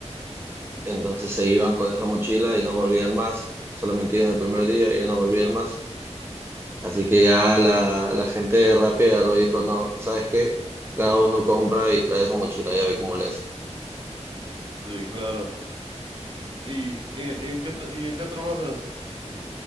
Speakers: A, on the right; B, on the right.
A: Entonces se iban con esa mochila y no volvían más. Solamente iban el primer día y ya no volvían más. Así que ya la, la gente de Rappi agarró y dijo, no, ¿sabes qué? Cada uno compra y trae su mochila, ya ve cómo le hace.
B: Sí, claro. ¿Y, y- en qué, tra- y en qué trabajas?